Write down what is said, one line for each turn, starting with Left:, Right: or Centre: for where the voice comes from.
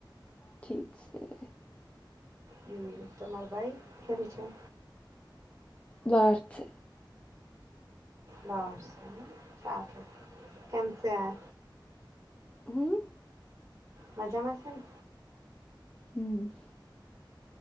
Left: ઠીક છે.
Right: હમ. તમારા ભાઈ કેમ છે?
Left: બસ છે.
Right: બસ સારું કેમ છે. આ
Left: હમ.
Right: મજામાં છે ને?
Left: હમ.